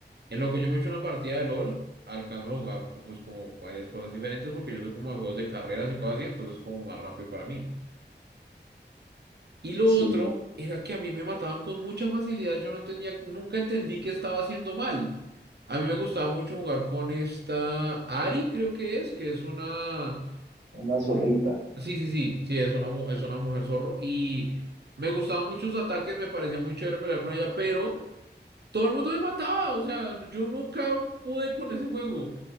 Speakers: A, on the right; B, on the right.
A: En lo que yo me echo una partida de LOL, alcanzo a jugar co- pues como varias cosas diferentes porque yo soy como de juegos de carreras y cosas así, entonces es como más rápido para mí. Y lo
B: Sí,
A: otro era que a mí me mataban con mucha facilidad, yo no entendía, nunca entendí qué estaba haciendo mal. A mí me gustaba mucho jugar con esta Ari, creo que es, que es una,
B: una zorrita.
A: un, sí, sí, sí, sí, es una, mu- es una mujer zorro y me gustaban muchos ataques, me parecía muy chévere pelear con ella, pero todo el mundo me mataba, o sea, yo nunca pude con ese juego.